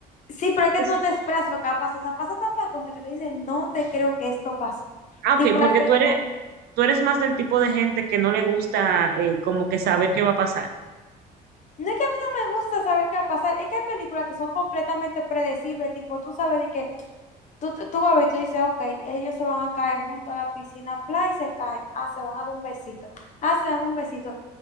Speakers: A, on the left (about 45°); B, on the right (about 70°).
A: sí, pero es que
B: Es,
A: tú no te esperas lo que va a pasar. O sea, pasa tanta cosa que te dicen, no te creo que esto pase
B: ah,
A: Tipo,
B: ok, porque
A: la película,
B: tú eres, tú eres más del tipo de gente que no le gusta eh, como que saber qué va a pasar.
A: no es que a mí no me gusta saber qué va a pasar, es que hay películas que son completamente predecibles, tipo, tú sabes de que Tú, tú tú vas a ver, tú dices, ok, ellos se van a caer junto a la piscina, play y se caen. Ah, se van a dar un besito. Ah, se dan un besito.